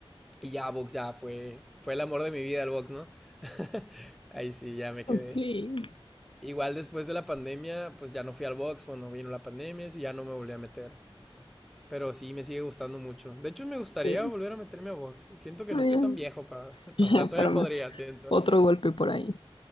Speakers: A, in the centre; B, on the left (about 60°).
A: y ya box ya fue, fue el amor de mi vida el box, ¿no? <laughs> Ahí sí, ya me quedé.
B: Ok, sí.
A: Igual después de la pandemia, pues ya no fui al box, cuando vino la pandemia, eso ya no me volví a meter. Pero sí, me sigue gustando mucho. De hecho, me gustaría
B: Está
A: volver a meterme a box. Siento que
B: bien.
A: no estoy tan viejo para... <laughs>
B: <laughs>
A: O sea, todavía
B: Para ma-
A: podría, siento.
B: otro golpe por ahí.